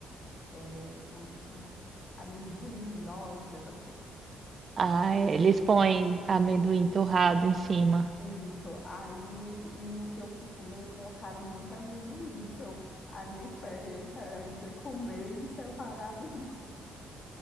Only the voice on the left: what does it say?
é, como é que chama? Amendoim, nozes, essas coisas.
E,
Isso, aí meio que, e no que eu fui comer, colocaram muito amendoim. Então, a minha experiência era entre comer e separar amendoim. <laughs>